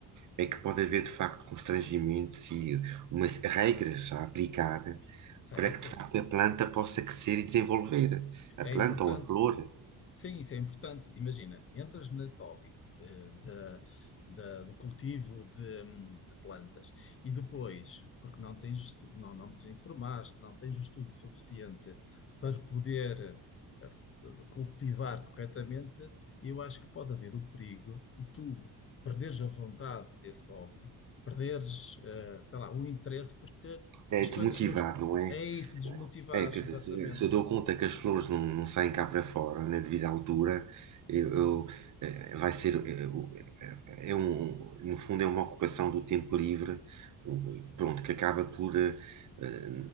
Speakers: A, on the right; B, on the left.
A: é que pode haver de facto constrangimentos e umas regras a aplicar
B: Certo?
A: para que de facto a planta possa crescer e desenvolver
B: É
A: a planta
B: importante.
A: ou a flor
B: Sim, isso é importante. Imagina, entras nesse hobby eh, da- da- do cultivo de, hum, de plantas e depois, porque não tens, estu- não, não te informaste, não tens o estudo suficiente para poder eh, f- cultivar corretamente, eu acho que pode haver o perigo de tu perderes a vontade desse hobby, perderes, eh, sei lá, o interesse, porque
A: é
B: as
A: desmotivar,
B: coisas não. est-
A: não é?
B: É isso, desmotivares,
A: É, quer
B: exatamente.
A: dizer, se, se eu dou conta que as flores não, não saem cá para fora na devida altura, eu, eu, eh, vai ser, eh, o- eh, é um, no fundo é uma ocupação do tempo livre, um, pronto, que acaba por eh, eh,